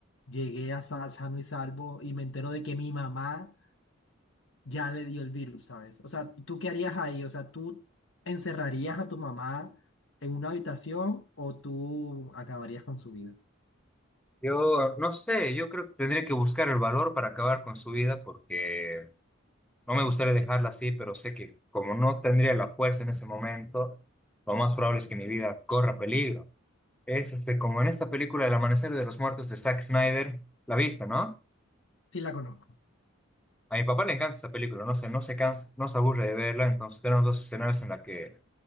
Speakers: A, on the left; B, in the centre.
A: llegué a sa- sano y salvo y me entero de que mi mamá ya le dio el virus, ¿sabes? O sea, ¿tú qué harías ahí? O sea, ¿tú encerrarías a tu mamá en una habitación o tú acabarías con su vida?
B: Yo no sé, yo creo que tendría que buscar el valor para acabar con su vida porque no me gustaría dejarla así, pero sé que como no tendría la fuerza en ese momento, lo más probable es que mi vida corra peligro. Es este, como en esta película El Amanecer de los Muertos de Zack Snyder, la vista, ¿no?
A: Sí, la conozco.
B: A mi papá le encanta esa película, no se, no se cansa, no se aburre de verla, entonces tenemos dos escenarios en la que